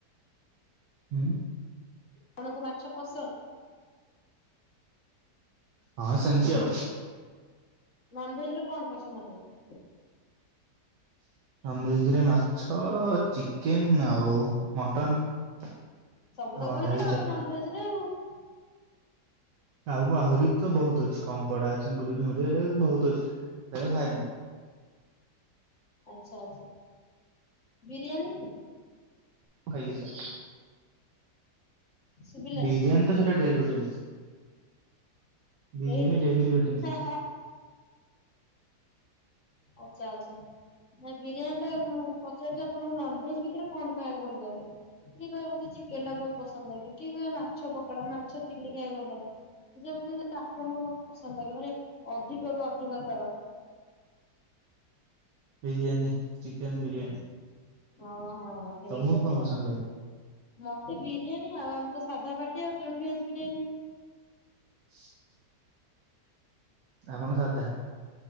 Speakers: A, on the right; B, on the left.
A: ହୁଁ।
B: ଆପଣଙ୍କୁ ମାଛ ପସନ୍ଦ?
A: ହଁ ସେମିତି ଆଉ।
B: ନନଭେଜରେ କଣ ପସନ୍ଦ ଆପଣକୁ?
A: ନନଭେଜ ରେ ମାଛ ଚିକେନ ଆଉ ମଟନ
B: ସବୁ ତ
A: ଆଉ
B: କହିଦେଲ
A: ଅଣ୍ଡା ଏଇ ଚାରିଟା।
B: <unintelligible>
A: ଆଉ ମୁ ଆହୁରି ବି ତ ବହୁତ ଅଛି କଙ୍କଡା, ଚିଙ୍ଗୁଡି ଫିଙ୍ଗୁଡି ଏ ବହୁତ ଅଛି ସେଇୟା ଖାଏନି।
B: ଆଚ୍ଛା ଆଚ୍ଛା ବିରିୟାନୀ?
A: ମୁଁ <unintelligible>
B: ଶୁଭିଲାନି
A: ବିରିୟାନି ତ ସେଟା ଡେଲି ରୁଟିନ୍। ବିରିୟାନୀ
B: ଏଇ
A: ଡେଲି ରୁଟିନ।
B: ହା ହା ଆଚ୍ଛା ଆଚ୍ଛା। ନାଇଁ ବିରିୟାନୀ ଟା ମୁଁ ପଚାରୁଛି ଆପଣଙ୍କୁ ନନଭେଜ ଭିତରେ କଣ ଖାଇବାକୁ ଭଲ ଲାଗେ? କିଏ କହେ ମୋତେ ଚିକେନ ଟା ବହୁତ ପସନ୍ଦ ଲାଗେ କିଏ କହେ ମାଛ ପକଡା, ମାଛ ଚିଲି ଖାଇବାକୁ ଭଲ ଲାଗେ। ସେ ଭିତରୁ ଆପଣଙ୍କୁ ପସନ୍ଦ ଲାଗେ ମାନେ ଅଧିକରୁୁ ଅଧିକ ତର?
A: ବିରିୟାନୀ ଚିକେନ ବିରିୟାନୀ।
B: ହଁ ହଁ ସେଇଆ
A: ତମକୁ କଣ
B: ସେଇଆ।
A: ପସନ୍ଦ ଲାଗେ
B: ମୋତେ ବିରିୟାନୀ ଆଉ ଆମେ ତ ସାଧା ପାଟି ଆଉ ତେଣୁ ଭେଜ ବିରିୟାନୀ।
A: <unintelligible> ଆପଣ ସାଧା?